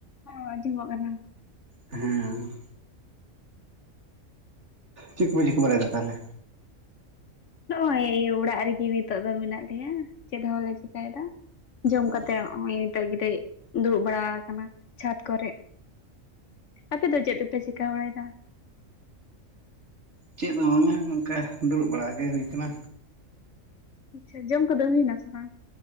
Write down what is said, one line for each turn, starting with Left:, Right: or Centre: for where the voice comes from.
Left: ᱦᱚᱸ ᱟᱸᱡᱚᱢᱚᱜ ᱠᱟᱱᱟ
Right: ᱦᱩᱸ ᱪᱮᱫ ᱠᱚᱯᱮ ᱪᱤᱠᱟᱹ ᱵᱟᱲᱟᱭᱮᱫᱟ ᱛᱟᱦᱚᱞᱮ
Left: ᱱᱚᱜᱼᱚᱭ ᱚᱲᱟᱜ ᱨᱮᱜᱮ ᱱᱤᱛᱚᱜ ᱫᱚ ᱢᱮᱱᱟᱜ ᱞᱮᱭᱟ ᱪᱮᱫ ᱦᱚᱸ ᱵᱟᱝ ᱞᱮ ᱪᱤᱠᱟᱹᱭᱮᱫᱟ ᱡᱚᱢ
Right: ᱚ
Left: ᱠᱟᱛᱮᱫ ᱱᱮᱜ-ᱮ ᱱᱤᱛᱚᱜ ᱠᱟᱹᱴᱤᱡ ᱫᱩᱲᱩᱵ ᱵᱟᱲᱟ ᱟᱠᱟᱱᱟ ᱪᱷᱟᱫᱽ ᱠᱚᱨᱮᱫ ᱟᱯᱮ ᱫᱚ ᱪᱮᱫ ᱠᱮᱯᱮ ᱪᱤᱠᱟᱹ ᱵᱟᱲᱟᱭᱮᱫᱟ
Right: ᱪᱮᱫ ᱦᱚᱸ ᱵᱟᱝᱟ ᱱᱚᱝᱠᱟ ᱫᱩᱲᱩᱵ ᱵᱟᱲᱟ ᱜᱮ ᱦᱩᱭ ᱟᱠᱟᱱᱟ
Left: ᱟᱪᱪᱷᱟ ᱡᱚᱢ ᱠᱚᱫᱚ ᱦᱩᱭᱱᱟ ᱥᱮ ᱵᱟᱝ